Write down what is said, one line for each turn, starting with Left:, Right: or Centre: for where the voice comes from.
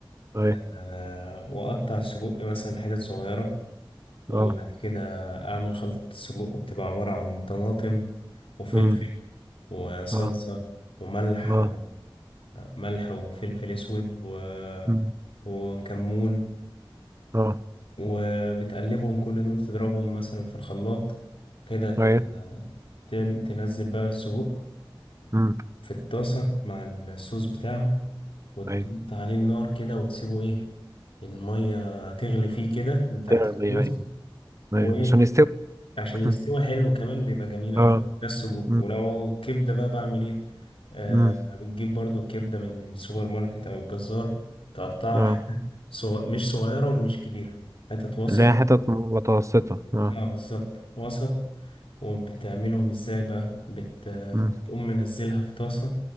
Right: اي
Left: آه، وأقطع السجق مثلا حتت صغيرة وبعد
Right: اه
Left: آه. كده أعمل خلطة السجق بتبقى عبارة عن طماطم وفلفل
Right: امم
Left: وصلصة
Right: اه
Left: وملح
Right: اه
Left: وملح وفلفل أسود و...
Right: امم
Left: وكمون
Right: اه
Left: وبتقلبهم كل دول تضربهم مثلا في الخلاط كده
Right: اي
Left: ت- ت- تنزل بقى السجق
Right: امم
Left: في الطاسة مع الصوص بتاعه وتحط
Right: اي
Left: عليه النار كده وتسيبه إيه المية تغلي فيه كده بتاعت
Right: تغلي
Left: الصوص
Right: اي اي
Left: وايه
Right: عشان يستوي
Left: عشان
Right: <clears throat>
Left: يستوي حلو كمان بيبقى جميل قوي
Right: اه
Left: بس و-
Right: امم
Left: ولو كبده بقى بعمل ايه آه
Right: امم
Left: بتجيب برضو كبده من السوبر ماركت او الجزار تقطعها
Right: اه
Left: حتت صغ... مش صغيره ومش كبيره حتت وسط
Right: اللي هي حتت متوسطه اه
Left: اه بالظبط وسط وبتعملهم ازاي بقى بت...
Right: امم
Left: بتقوم منزلها في طاسه